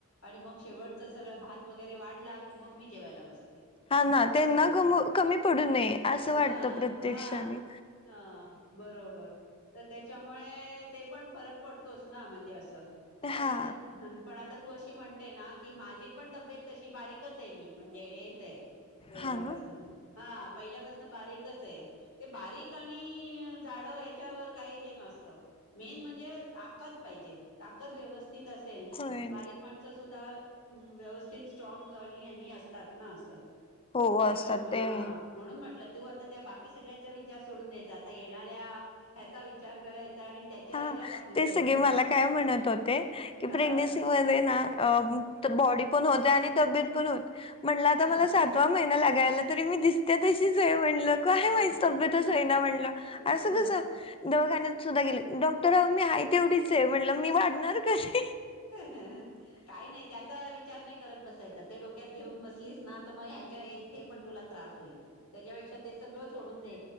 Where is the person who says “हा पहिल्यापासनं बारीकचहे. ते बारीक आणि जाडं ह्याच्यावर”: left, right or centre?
Left